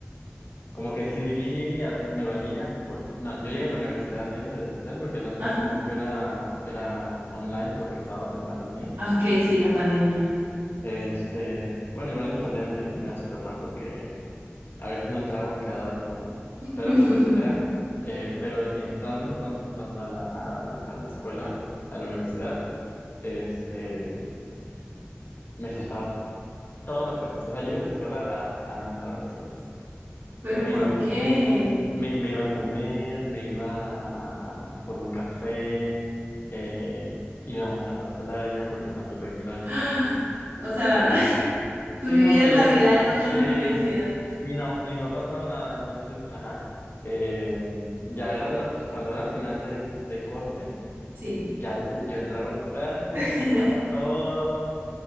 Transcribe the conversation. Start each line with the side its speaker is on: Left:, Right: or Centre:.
Left: como que sí, al prin- me valía, tipo, no, yo llegué a la universidad en presencial porque las-
Right: Ajá.
Left: al principio era, era online porque estábamos en pandemia.
Right: Ok, sí, la pandemia.
Left: Este, bueno, igual en pandemia me, me iba súper mal porque a veces no entraba, me quedaba dormido, pero
Right: <laughs>
Left: pues eh, era, eh, pero entrando, entrando, entrando a la, a la, a la escuela, a la universidad, este, me saltaba Todas las clases. O sea, yo iba a la escuela a, a no entrar a las clases.
Right: Pero
Left: Me
Right: ¿por
Left: iba a comer,
Right: qué?
Left: me, me iba a comer, me iba a, por un café, eh, íbamos a la playa, porque en Tampico hay playa.
Right: <gasps> O sea,
Left: Eh,
Right: <laughs> tú
Left: sí,
Right: vivías
Left: no, o sea, yo
Right: la
Left: me,
Right: vida loca
Left: sí,
Right: en la universidad.
Left: y no, y no pasaba nada. Entonces, pues, ajá. Eh, ya era, la- cuando era final de, de corte,
Right: Sí.
Left: ya ahí sí, yo entraba a las clases,
Right: <laughs>
Left: entregaba todo,